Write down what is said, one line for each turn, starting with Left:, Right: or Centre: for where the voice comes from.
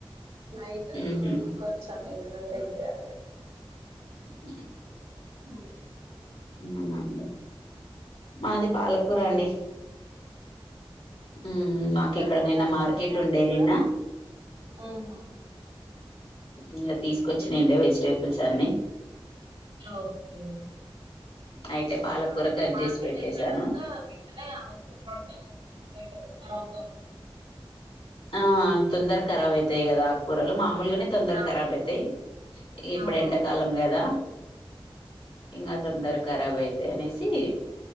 Right: నైట్
Left: ఉహు
Right: కొంచెం ఏదైనా వేర చేయాలి
Left: ఉమ్
Right: ఉమ్
Left: అవున అండి మాది పాలకూర అండి హుహ్ మాకు
Right: సరిపోద్దండి
Left: ఇక్కడ నిన్న మార్కెట్
Right: మరి నైట్కి
Left: ఉండే నిన్న
Right: కూడా ఆహాహా
Left: ఉమ్ ఎథిక్స్ కూ వచ్చిండె వెజిటేబుల్స్ అన్ని
Right: ఓకే
Left: అయితే పాలకూర
Right: అవునులే
Left: కట్
Right: మార్కట్
Left: చేసి పెట్టేశాను
Right: అయిపోయినక వెంటనే ఆ కూూల్డితేనే పెట్టారు కరబ్గావూ
Left: ఆహ్ తొందర కరవైతై కదా కూరలు మా మామూలుగానే తొందర
Right: అవును.
Left: కరబు అయితాయి ఇక ఇప్పుడు
Right: అవునవును
Left: ఎండాకాలం కదా ఇంగా తొందర ఖరాబ్ అయితై అనేసి